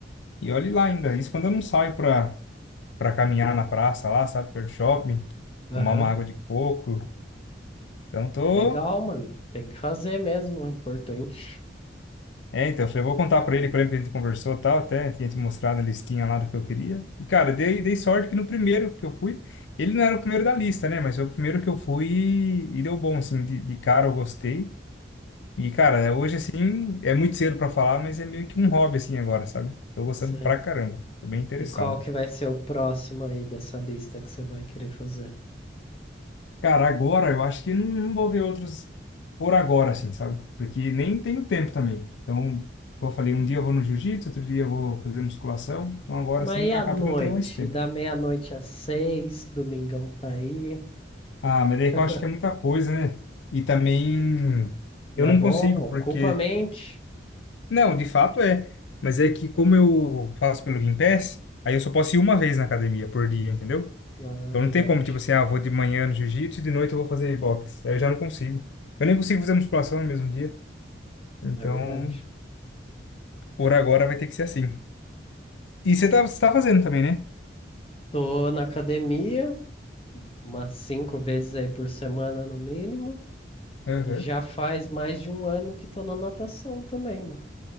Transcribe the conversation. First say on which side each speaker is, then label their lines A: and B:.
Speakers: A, on the left; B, on the left.
A: E olhe lá ainda, isso quando eu não saio pra, pra caminhar na praça lá, sabe, perto do shopping,
B: Aham.
A: tomar uma água de coco. Então tô,
B: Legal, mano. Tem que fazer mesmo, é importante.
A: É, então, eu falei, vou contar pra ele, que eu lembro que a gente conversou e tal, até tinha te mostrado a listinha lá do que eu queria. E, cara, dei, dei sorte que no primeiro que eu fui, ele não era o primeiro da lista, né? Mas foi o primeiro que eu fui e, e deu bom, assim, de, de cara eu gostei. E, cara, é, hoje, assim, é muito cedo pra falar, mas é meio que um hobby, assim, agora, sabe? Tô gostando
B: Cê-
A: pra caramba, tô bem interessado.
B: E qual que vai ser o próximo aí dessa lista que você vai querer fazer?
A: Cara, agora eu acho que não, não vou ver outros por agora, assim, sabe? Porque nem tenho tempo também. Então, como eu falei, um dia eu vou no jiu-jitsu, outro dia eu vou fazer musculação. Então, agora
B: Mas
A: assim,
B: e à
A: acaba
B: noite?
A: que eu não tenho mais tempo.
B: E da meia-noite às seis, domingão tá aí.
A: Ah, mas
B: <laughs>
A: daí que eu acho que é muita coisa, né? E também
B: Mas
A: eu não
B: é bom,
A: consigo,
B: ocupa
A: porque.
B: a mente.
A: Não, de fato é. Mas é que como eu faço pelo Game aí eu só posso ir uma vez na academia por dia, entendeu?
B: Ah,
A: Então
B: é verdade,
A: não tem como, tipo assim, ah, eu vou de manhã no jiu-jitsu e de noite eu vou fazer boxe. Aí eu já não consigo. Eu nem consigo fazer musculação no mesmo dia. Então,
B: é verdade.
A: por agora vai ter que ser assim. E você tá, você tá fazendo também, né?
B: Tô na academia, umas cinco vezes aí por semana no mínimo.
A: Aham.
B: E já faz mais de um ano que tô na natação também, mano.